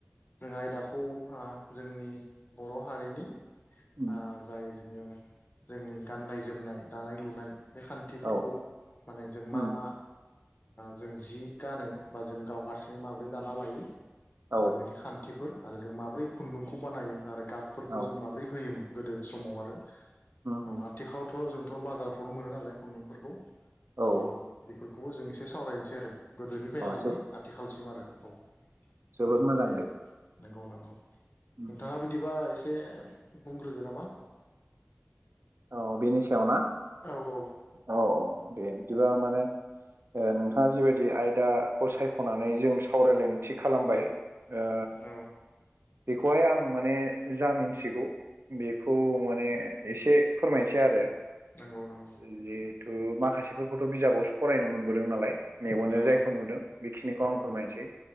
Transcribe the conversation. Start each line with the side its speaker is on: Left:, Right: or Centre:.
Left: जों आयदाखौ जोंनि बर' हारिनि
Right: उम
Left: ओ जाय जोङो जोंनि गाननाय जोमनाय दानाय लुनाय। बे खान्थिफोरखौ
Right: औ
Left: माने जों
Right: उम
Left: मा मा जों जि गानो बा जों गाव हारसिं माबोरै दाना लायो
Right: औ
Left: खान्थिफोर आरो जों माबोरै खुन्दुंखौ बानायो आरो गाबफोरखौ
Right: औ
Left: जों माबोरै होयोमोन। गोदो समाव आरो
Right: उम
Left: औ
Right: उम
Left: आथिखालावथ' जोंथ' बाजारफ्रावनो मोनो नालाय खुन्दुंफोरखौ।
Right: औ
Left: थ' बेफोरखौबो जों एसे सावरायनोसै आरो गोदोनि उफाय
Right: औ
Left: लानानै
Right: जोब
Left: आथिखालसिम आरो औ
Right: जोबोद
Left: औ
Right: मोजां
Left: दे नंगौ नंगौ।
Right: उम
Left: नोंथाङा बिदिबा एसे बुंग्रोदो नामा?
Right: औ बेनि सायाव ना?
Left: औ औ।
Right: औ औ दे बिदिबा माने नोंथाङा जिबायदि आयदाखौ सायख'नानै जों सावरायलायनो थि खालामबाय। आ
Left: औ
Right: बेखौहाय आं माने जा मिन्थिगौ बेखौ माने एसे फोरमायनोसै आरो।
Left: नंगौ नंगौ
Right: जिहेथु माखासेफोरखौथ' बिजाबावसो फरायनो मोनबोदों नालाय। मेगनजों
Left: औ
Right: जायखौ नुदों बेखिनिखौ
Left: औ
Right: आं फोरमायनोसै